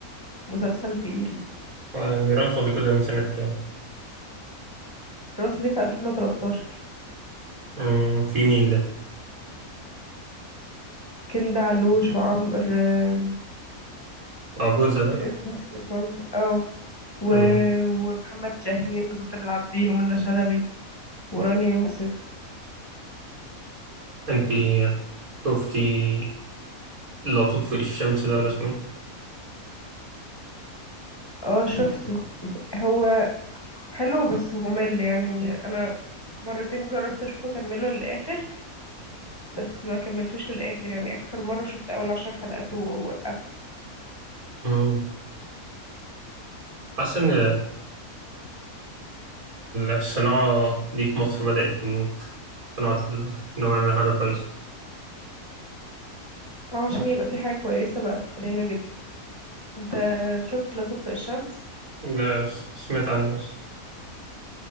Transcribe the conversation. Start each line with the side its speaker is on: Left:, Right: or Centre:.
Left: مسلسل تقيل
Right: آه، ميران صديقي ده من سنة كام؟
Left: رأس دي في 2013
Right: مم، في مين ده؟
Left: كندا علوش وعمر آه،
Right: أه جوزها ده؟
Left: اس- نسيت اسمه اه و...
Right: مم.
Left: ومحمد شاهين وظافر العابدين ومنى شلبي وراني يوسف
Right: أنتي شفتي لا تطفئ الشمس ده ولا اسمه إيه؟
Left: اه شفته هو حلو بس ممل يعني انا مرتين جربت اشوفه اكمله للاخر بس ما كملتوش للاخر يعني اخر مرة شفت اول عشر حلقات ووقفت
Right: مم. حاسس إن الصناعة دي في مصر بدأت تموت صناعة ال- إنهم يعملوا حاجة كويسة
Left: اه عشان يبقى في حاجة كويسة بقت قليلة جدا انت شفت لا تطفئ الشمس
Right: لا بس سمعت عنه بس